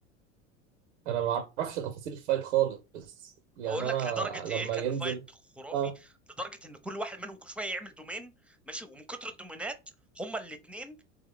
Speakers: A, on the right; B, in the centre.
A: انا ما اعرفش تفاصيل الفايت خالص يعني
B: اقول لك
A: انا
B: لدرجه
A: لما
B: ايه كان
A: ينزل
B: الفايت خرافي
A: اه
B: لدرجه ان كل واحد منهم كل شويه يعمل دومين ماشي ومن كتر الدومينات هما الاثنين